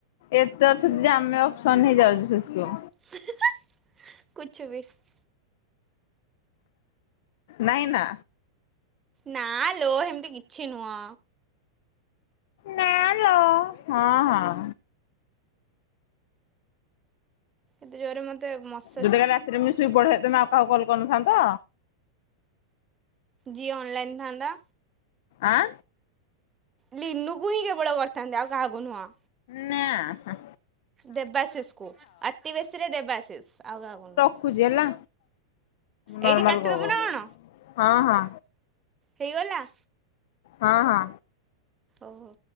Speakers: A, on the left; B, on the right.
A: ଏତେ ଅଛନ୍ତି ଯେ ଆମେ ଅପସନ୍ ହେଇ ଯାଉଛୁ ଶେଷକୁ।
B: <unintelligible>
A: ନାଇଁ ନା।
B: ନା ଲୋ ହେମିତି କିଛି ନୁହଁ।
A: ନା ଲୋ ହଁ ହଁ।
B: ଏତେ ଜୋରରେ ମୋତେ ମସ୍
A: ଯଦି କାଲି ରାତିରେ ମୁଇଁ ଶୁଇ ପଡିଥାନ୍ତି ତେମେ ଆଉ କାହାକୁ କଲ କରିନଥାନ୍ତ?
B: ଯିଏ ଅନ୍ ଲାଇନ୍ ଥାନ୍ତା।
A: ଆଁ
B: ଲିନୁକୁ ହିଁ କେବଳ କରିଥାନ୍ତି ଆଉ କାହାକୁ ନୁହଁ।
A: ନା ହା ହା।
B: ଦେବାଶିଷ କୁ ଆତି ବେଶୀ ରେ ଦେବାଶିଷ ଆଉ କାହାକୁ ନୁହଁ।
A: ରଖୁଚି ହେଲା ନର୍ମାଲ
B: ଏଇଠି କାଟିଦବୁ
A: ଗ ଗ
B: ନା କଣ
A: ହଁ ହଁ
B: ହେଇଗଲା।
A: ହଁ ହଁ
B: ଓହୋ